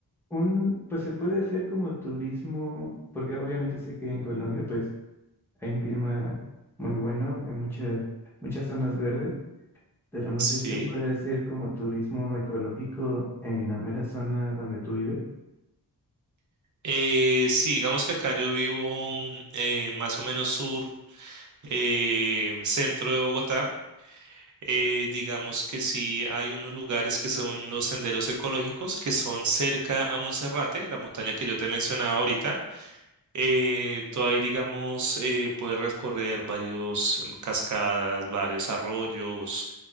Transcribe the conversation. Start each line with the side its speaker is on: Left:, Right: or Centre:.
Centre: un, pues se puede hacer como turismo, porque obviamente sé que en Colombia, pues Hay un clima muy bueno, hay muchas, muchas zonas verdes, pero no
Right: sí.
Centre: sé si se puede hacer como turismo ecológico en la mera zona donde tú vives.
Right: Eh, sí, digamos que acá yo vivo mm, eh, más o menos sur, eh, centro de Bogotá. Eh, digamos que sí hay unos lugares que son los senderos ecológicos que son cerca a Monserrate, la montaña que yo te mencionaba ahorita. Eh, tú ahí, digamos, eh, puedes recorrer varios mm, cascadas, varios arroyos